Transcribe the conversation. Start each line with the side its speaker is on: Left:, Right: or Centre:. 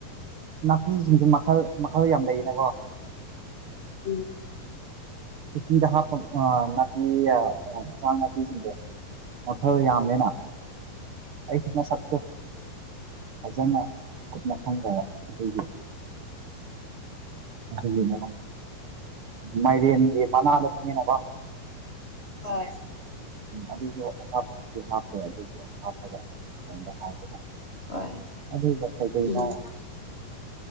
Right: ꯅꯥꯄꯤꯁꯤꯡꯁꯨ ꯃꯈꯜ ꯃꯈꯜ ꯌꯥꯝ ꯂꯩꯌꯦꯅꯀꯣ
Left: ꯎꯝ
Right: ꯎꯇꯤꯗ ꯍꯥꯞꯄ ꯑꯥ ꯅꯥꯄꯤ ꯑ ꯏꯟꯁꯥꯡ ꯅꯥꯄꯤꯁꯤꯡꯗꯣ ꯃꯈꯜ ꯌꯥꯝꯃꯦꯅ ꯑꯩꯁꯨ ꯃꯁꯛꯇꯣ ꯐꯖꯅ ꯀꯨꯞꯅ ꯈꯪꯗꯕ ꯑꯗꯨꯒꯤ ꯑꯗꯨꯒꯤꯅꯦꯕ ꯬꯬꯬ꯃꯥꯢꯔꯦꯟ ꯃꯅꯥꯗꯣ ꯈꯪꯉꯦꯅꯥꯀꯣ
Left: ꯍꯣꯏ
Right: ꯎꯝ ꯑꯗꯨꯁꯨ ꯍꯥꯞꯇꯤ ꯍꯥꯞꯄꯦ ꯑꯗꯨꯁꯨ ꯍꯥꯞꯄꯒ ꯊꯣꯡꯕ ꯍꯥꯎꯕꯅ
Left: ꯍꯣꯏ
Right: ꯑꯗꯨꯒ ꯀꯩ ꯀꯩꯅꯣ
Left: ꯎꯝ